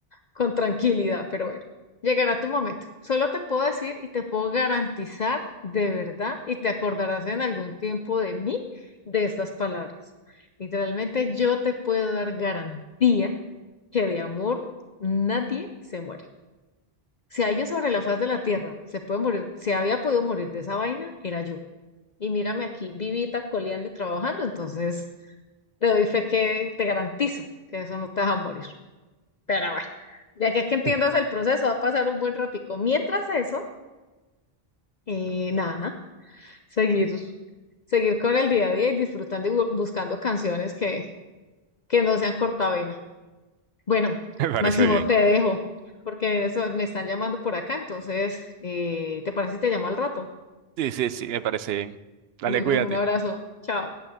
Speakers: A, on the left (about 50°); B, on the right (about 80°).
A: con tranquilidad, pero bueno, llegará tu momento. Solo te puedo decir y te puedo garantizar de verdad y te acordarás en algún tiempo de mí de estas palabras. Literalmente yo te puedo dar garantía que de amor nadie se muere. Si alguien sobre la faz de la tierra se puede morir, se había podido morir de esa vaina, era yo. Y mírame aquí, vivita, coleando y trabajando, entonces te doy fe que te garantizo que eso no te va a morir. Pero bueno, de aquí a que entiendas
B: sí. <laughs>
A: el proceso va a pasar un buen ratico. Mientras eso, eh, nada, seguir, seguir con el día a día y disfrutando y bu- buscando canciones que, que no sean cortavena. Bueno,
B: Me parece
A: Máximo,
B: bien.
A: te dejo, porque eso me están llamando por acá, entonces, eh, ¿te parece si te llamo al rato?
B: Sí, sí, sí, me parece bien. Dale,
A: Bueno,
B: cuídate.
A: un abrazo, chao.